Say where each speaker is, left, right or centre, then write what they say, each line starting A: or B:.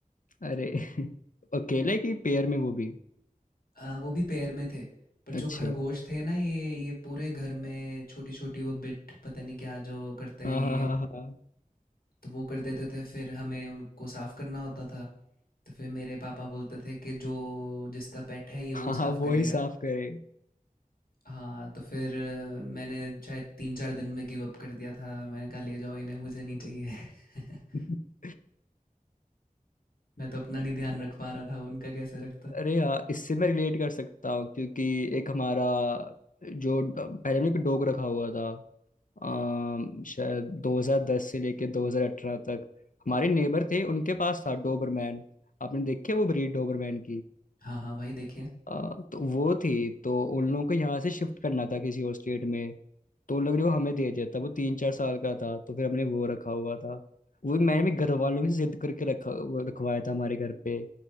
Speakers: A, on the left; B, on the left.
A: अरे <laughs> अकेले की पेयर में वो भी
B: अ, वो भी पेड़ में थे। पर
A: अच्छा
B: जो खरगोश थे ना ये ये पूरे घर में छोटी-छोटी वो बिट पता नहीं क्या जो करते
A: हाँ
B: हैं ये,
A: हाँ हाँ हाँ
B: तो वो कर देते थे फिर हमें उनको साफ़ करना होता था। तो फिर मेरे पापा बोलते थे कि जो जिसका पेट है ये
A: हाँ
B: वो
A: हाँ,
B: साफ़
A: वो
B: करेगा।
A: ही साफ करे
B: हाँ, तो फिर अ, मैंने शायद 3-4 दिन में गिव अप कर दिया था। मैंने कहा ले जाओ इन्हें मुझे नहीं चाहिए। <laughs>
A: <laughs>
B: मैं तो अपना नहीं ध्यान रख पा रहा था, उनका कैसे रखता।
A: अरे हाँ इससे मैं रिलेट कर सकता हूँ क्योंकि एक हमारा जो पहले हमने एक डॉग रखा हुआ था अम, शायद 2010 से लेके 2018 तक हमारे नेबर थे उनके पास था डोबरमैन आपने देखे वो ब्रीड डोबरमैन
B: हाँ, हाँ, भाई देखिए।
A: आ, तो वो थी तो उन लोगों को यहाँ से शिफ्ट करना था किसी और स्टेट में तो उन लोगों ने वो हमें दे दिया था वो तीन चार साल का था तो फिर हमने वो रखा हुआ था वो मैंने भी घर वालों से जिद करके रखा वो रखवाया था हमारे घर पे